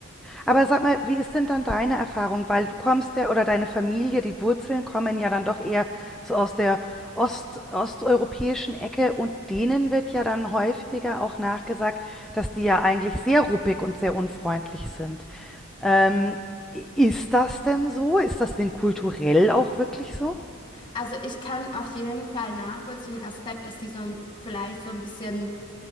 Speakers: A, in the centre; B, on the left.
A: Aber sag mal, wie ist denn dann deine Erfahrung? Weil du kommst ja, oder deine Familie, die Wurzeln kommen ja dann doch eher so aus der Ost, osteuropäischen Ecke und denen wird ja dann häufiger auch nachgesagt, dass die ja eigentlich sehr ruppig und sehr unfreundlich sind. Ähm, ist das denn so? Ist das denn kulturell auch wirklich so?
B: Also ich kann auf jeden Fall nachvollziehen den Aspekt, dass die so vielleicht so ein bisschen